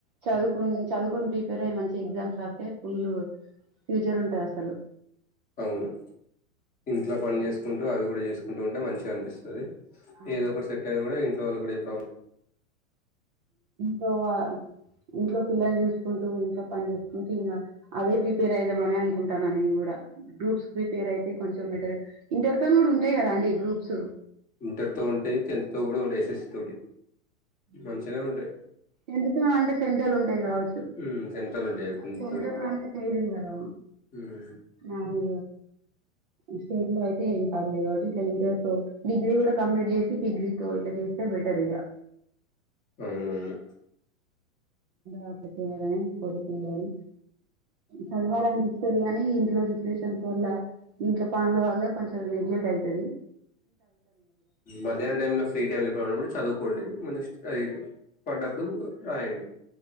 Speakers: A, on the right (about 30°); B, on the left (about 20°).
A: చదువు చదువుని ప్రిపేర్ అయ్యి మంచి ఎగ్జామ్స్ రాస్తే ఫుల్ ఫ్యూచర్ ఉంటంది అసలు
B: అవును ఇంట్లో పని చేసుకుంటూ అవి కూడా చేసుకుంటూ ఉంటే మంచిగా అనిపిస్తుంది
A: అవును
B: ఏదో ఒకటి సెట్ అయినా కూడా ఇంట్లో వాళ్లకు కూడా ఏ ప్రాబ్లం
A: టువ ఇంట్లో పిల్లని చూసుకుంటూ ఇంట్లో పని చేసుకుంటూ ఇంకా అదే ప్రిపేర్ అయిదాంమని అనుకుంటాన్నాను ఇం గ్రూప్స్ ప్రిపేర్ అయితే కొంచెం మెట ఇంటిరితో కూడా ఉంటాయి కదా అండి గ్రూప్స్
B: ఇంటర్ తో ఉంటే టెన్త్ తో కూడా ఉ ఎస్ఎస్సి తోటి
A: ఉ
B: మంచిగానే ఉంటాయి
A: టెన్త్ అంటే సెంట్రలు ఉంటాయి కావచ్చు
B: ఉమ్, సెంట్రల్ ఉంటాయి అవి టెన్త్
A: సంటరు
B: తోటి
A: అంట సరు కదా
B: ఉమ్,
A: నాలు స్టేట్ లో అయితే ఏం పర్లేదు కాబట్టి ఇట్లా ఇంటర్ తో డిగ్రీ కూడా కంప్లీట్ చేసి డిగ్రీ తో చేస్త బెటర్ ఇగా
B: అవునవును
A: అ చేదనే కోరికలు కానీ చదవాలి అనిపిస్తుంది కానీ ఇలో సిచువేషన్స్ వల్ల ఇంట్లో పనుల వల్ల కొంచెం నెగ్లెక్ట్ అవుతది
B: మధ్యాహ్నం టైమ్ లో ఫ్రీ టైమ్ లో ఉన్నప్పుడు చదువు కోండి మినిట్ పడ్డప్పుడు రాయండి